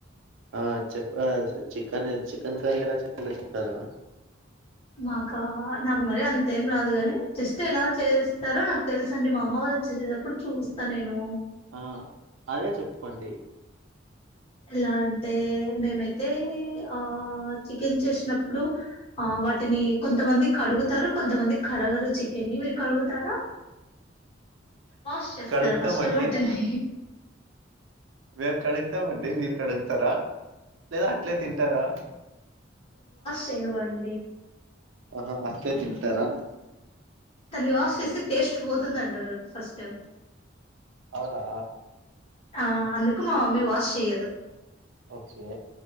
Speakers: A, on the right; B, on the left.
A: ఆ చెప్పురా చికెన్ చికెన్ కర్రీ ఎలా చెయ్యాలో చెప్తారా
B: నాకా నాకు మరి అంతేం రాదు కాని జస్ట్ ఎలా చేస్తారో నాకు తెలుస అండి మా అమ్మ వాళ్ళు చేసేటప్పుడు చూస్తా నేను
A: ఆ అదే చెప్పండి
B: ఎలా అంటే మేమైతే ఆ చికెన్ చేసినప్పుడు ఆ వాటిని కొంతమంది కడుగుతారు కొంతమంది కడగరు చికెన్ని మీరు కడుగుతారా వాష్ చేస్తారా
A: కడుగుతామండి
B: ఫస్ట్ వాటిని
A: మేము కడుగుతామండి మీరు కడుగుతారా లేదా అట్లే తింటారా
B: తేవండి
A: ఆహా అట్లే తింటారా
B: దన్ని వాష్ చేసి టేస్ట్ పోతుంది అంటరు ఫస్ట్
A: అవునా
B: ఆ అందుకు మా మమ్మీ వాష్ చేయదు
A: ఓకే